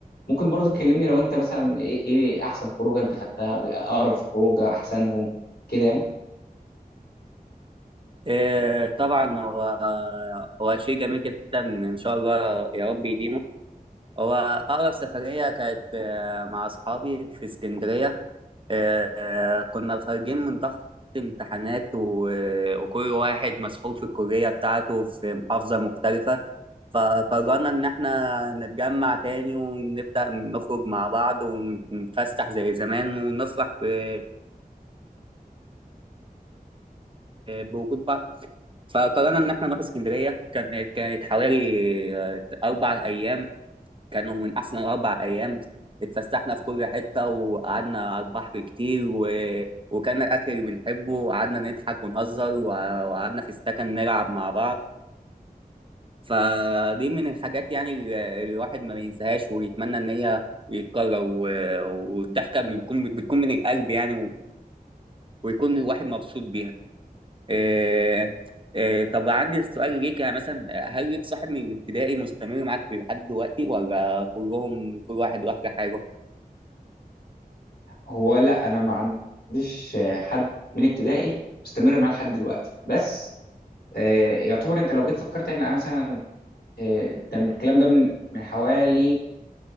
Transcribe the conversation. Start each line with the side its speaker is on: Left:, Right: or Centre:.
Left: ممكن برضو تكلمني لو انت مثلا ايه إيه احسن خروجه انت خدتها اقرب خروجه احسنهم كده يعني
Right: إيه طبعا هو هو شيء جميل جدا ان شاء الله يا رب يديمه هو اقرب سفريه كانت آه، مع اصحابي في اسكندريه آه، آه، كنا خارجين من ضغط امتحانات و- وكل واحد مسحول في الكليه بتاعته في محافظه مختلفه فقررنا ان احنا نتجمع تاني ونبدا نخرج مع بعض ونتفسح زي زمان ونفرح ب- بوجود بعض فقررنا ان احنا نروح اسكندريه كانت كانت حوالي آه، اربع ايام كانوا من احسن اربع ايام اتفسحنا في كل حته وقعدنا على البحر كتير و... وكان الاكل اللي بنحبه وقعدنا نضحك ونهزر وع- وقعدنا في السكن نلعب مع بعض فدي من الحاجات يعني اللي الواحد ما بينساهاش ويتمنى ان هي يتكرر و... والضحكه بتكون بتكون من القلب يعني ويكون الواحد مبسوط بيها آه، آه، طب عندي سؤال ليك يعني مثلا هل ليك صاحب من الابتدائي مستمر معاك لحد دلوقتي ولا كلهم كل واحد راح لحاله؟
Left: هو لا انا ما عنديش آه، حد من ابتدائي مستمر معاه لحد دلوقتي بس آه، يعتبر انت لو جيت فكرت ان انا مثلا آه، ده من الكلام ده من من حوالي